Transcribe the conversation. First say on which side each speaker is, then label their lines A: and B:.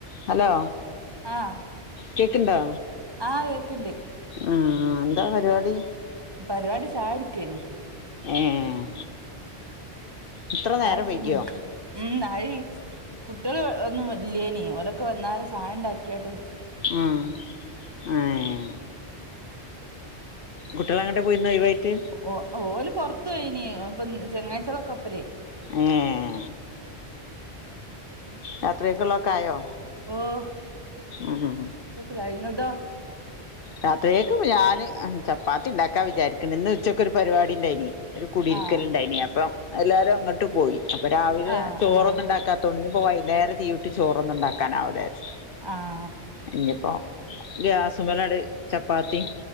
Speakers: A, on the left; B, on the right.
A: Hello
B: ആഹ്
A: കേക്ക്ണ്ടോ?
B: ആഹ് കേക്ക്ണ്ട്
A: ആഹ് എന്താ പരിവാടി?
B: പരിവാടി ചായടിക്കേനി
A: ഏഹ് ഇത്ര
B: ചായുടിച്ചിക്ക്ണ്
A: നേരം വൈഗ്യോ?
B: ഉം അഴ്. കുട്ടികള് ഒന്നും ഇല്ലേനി. ഓരൊക്കെ വന്നാല ചായണ്ടാക്ക കേട്ട്
A: ആഹ് ആഹ് കുട്ടികള് എങ്ങട്ടാ പോയിന്നു ഒയവായിട്ട്?
B: ഓഹ് ഓല് പൊറത്തു പോയിനി. ഇപ്പം ചെങ്ങായിച്ച്യോൾടൊക്കോപ്പരേ.
A: ഏഹ് രാത്രിയേക്ക്ള്ളതൊക്കെ ആയോ?
B: ഓഹ്
A: അഹാ
B: ഇന്നക്ക്ള്ളതായി. ങ്ങൾതോ?
A: രാത്രിയേക്കും ഞാന് ആഹ് ചപ്പാത്തിണ്ടാക്കാൻ വിചാരിക്ക്ണ്ട്. ഇന്ന് ഉച്ചക്കൊരു പരിപാടിണ്ടായിന്. ഒരു കുടിരിക്കൽണ്ടായിനി.
B: ആഹ്
A: അപ്പ എല്ലാരും അങ്ങട്ട് പോയി. അപ്പ രാവിലെ
B: ആഹ്
A: ചോറൊന്നുണ്ടാക്കാ
B: ആഹ്
A: തോണ്ട് പ്പ വൈന്നേരം തീയൂട്ടി ചോറൊന്നും ഉണ്ടാക്കാനാവൂല്ല വിചാരിച്ചു.
B: ആഹ്
A: ഇഞ്ഞ്പ്പോ ഗ്യാസുമലങ്ങ്ട് ചപ്പാത്തിം